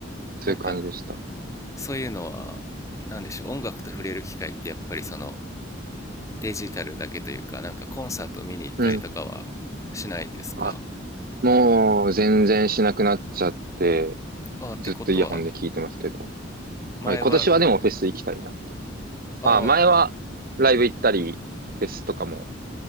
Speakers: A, on the right (about 50°); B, on the left (about 15°).
A: そういう感じでした。
B: なんかそういうのは何でしょう音楽と触れる機会ってやっぱりそのデジタルだけというかなんかコンサート見に行ったりとかはしないんですか
A: うん。あ、もう全然しなくなっちゃって、
B: ああってことは
A: ずっとイヤホンで聞いてますけど。
B: 前は
A: はい、今年はでもフェス行きたいなと。
B: ああ
A: あ、前はライブ行ったり、フェスとかも